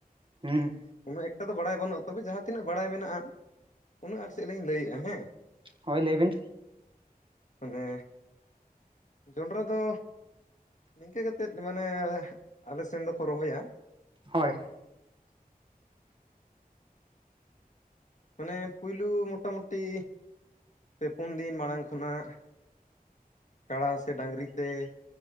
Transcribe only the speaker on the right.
ᱦᱩᱸᱦ,
ᱦᱳᱭ ᱞᱟᱹᱭ ᱵᱤᱱ
ᱦᱳᱭ,